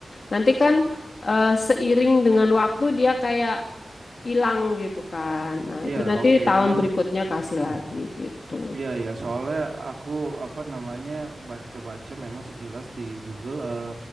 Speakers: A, on the left; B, on the right.
A: Nanti kan eh, seiring dengan waktu dia kayak hilang gitu kan. Nah,
B: Iya,
A: itu nanti
B: oke.
A: tahun
B: Iya,
A: berikutnya
B: Mbak.
A: kasih
B: Hmm.
A: lagi gitu.
B: Iya iya, soalnya aku apa namanya baca-baca memang sekilas di Google eh,